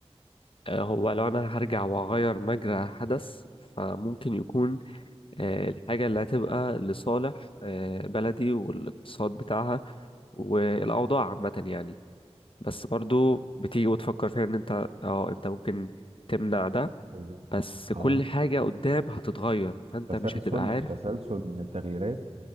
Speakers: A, on the left; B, on the right.
A: فهو لو انا هرجع واغير مجرى حدث فممكن يكون آه، الحاجة اللي هتبقى لصالح آه، بلدي والاقتصاد بتاعها والأوضاع عامة يعني بس برضو بتيجي وتفكر فيها ان انت اه انت ممكن تمنع ده
B: بالظبط
A: بس كل
B: اه
A: حاجة قدام هتتغير فانت
B: تسلسل
A: مش هتبقى عارف
B: تسلسل من التغييرات